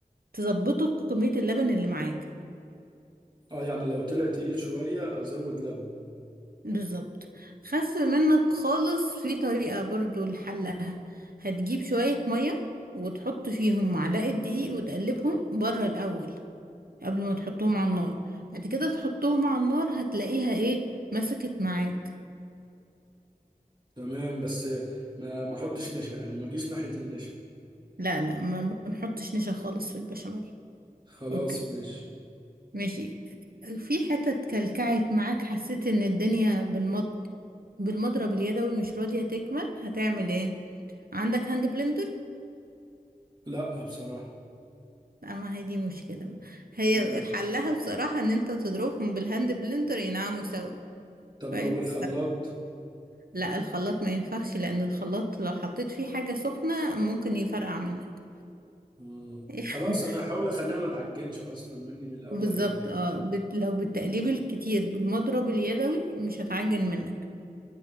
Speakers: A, on the right; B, on the right.
A: تظبطه بكمية اللبن اللي معاك
B: اه يعني لو طلع تقيل شويه ازود لبن
A: بالظبط خف منك خالص في طريقة برضو لحلها هتجيب شوية مية وتحط فيهم معلقة دقيق وتقلبهم بره الأول قبل ما تحطهم على النار بعد كده تحطهم على النار هتلاقيها ايه مسكت معاك
B: تمام بس ما ما احطش نشا يعني ما اجيش ناحيه النشا
A: لا لا ما بنحطش نشا خالص في البشاميل
B: خلاص
A: اوكي
B: ماشي
A: ماشي في حتت كلكعت معاك حسيت ان الدنيا بالمط بالمضرب اليدوي مش راضية تكمل هتعمل ايه عندك هاند بلندر
B: لا بصراحه
A: لا ما هي دي مشكلة بقى هي
B: مم.
A: حلها بصراحة ان انت تضربهم بالهاند بلندر ينعموا سوا
B: طب
A: فاهم
B: لو بالخلاط
A: لا الخلاط ما ينفعش لان الخلاط لو حطيت فيه حاجة سخنة ممكن يفرقع منك
B: مم.
A: <laughs>
B: خلاص انا هحاول اخليها ما تعجنش اصلا مني من الاول
A: بالظبط
B: يعني
A: اه بت... لو بالتقليب الكتير بالمضرب اليدوي مش هتعجن منك